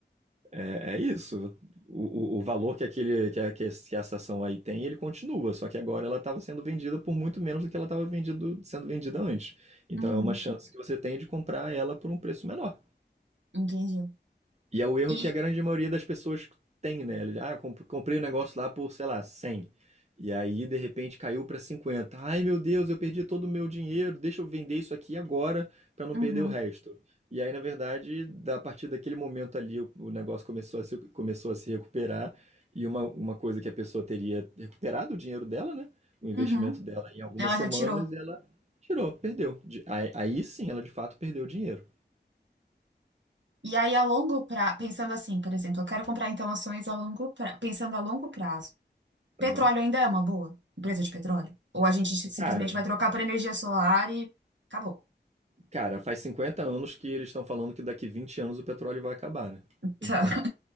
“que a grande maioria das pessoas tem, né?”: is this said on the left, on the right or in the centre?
Right